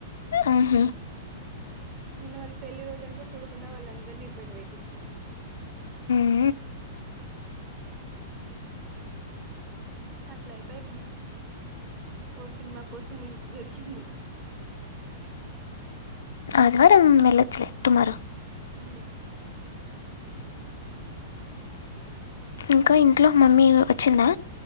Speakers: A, on the left; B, on the right.
A: అహ
B: నేను వాళ్ళు పెళ్లిి రోజుని కూడా చూడకుండా వాళ్ళ అందరినీ ఇబ్బంది పెట్టించిన
A: అ
B: ఉఅట్ల అయిపోయి నిన్న ఓ సినిమా కోసం ఇంత జరిగింది
A: అది వారం మెలచ్చలే టుమారో
B: హ
A: ఇంకా ఇంట్లో ఒక మమ్మీ వచ్చిందా